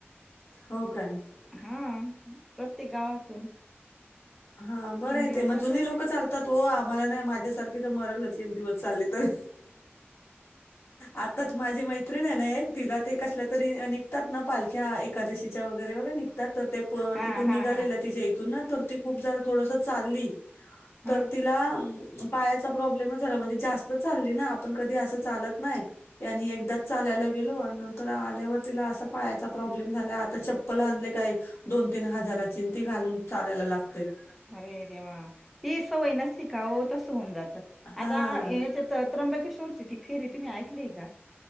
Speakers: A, on the left (about 80°); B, in the centre.
A: हो काय.
B: हा प्रत्येक गावातून
A: हा बरं
B: तीन
A: हाय
B: दिवस
A: ते म
B: जाते
A: जुनी लोकं चालतात हो आम्हाला नाही माझ्या सारखी तर मरनच एक दिवस चालली <inaudible> तर आताच माझी मैत्रीण ना एक तिला ते कसलं तरी आणि <unintelligible> निघतात ना पालख्या एकादशीच्या वगैरे वगैरे निघतात. तर ते
B: हा
A: तिथून
B: हा
A: निघालेलं
B: हा
A: तिच्याया इथून ना तर ते खूप जरा थोडस चालली. तर
B: हा
A: तिला पायाचा प्रॉब्लेमच झाला म्हणजे जास्त <inaudible> चालली ना आपण कधी असं चालत नाही आणि एकदाच चालायला गेलो आणि नंतर आल्यावर तिला आसा पायाचा प्रॉब्लेम झालाय आता चप्पल आणली काय दोन तीन हजाराचीन ती घालून चालायला लागत
B: चालायला लागत. अरे देवा ती सवय नसली का ओ तसं होऊन जात.
A: हां.
B: आता याच्यात त्र्यंबकेश्ववरची ती फेरी तुम्ही ऐकलीय का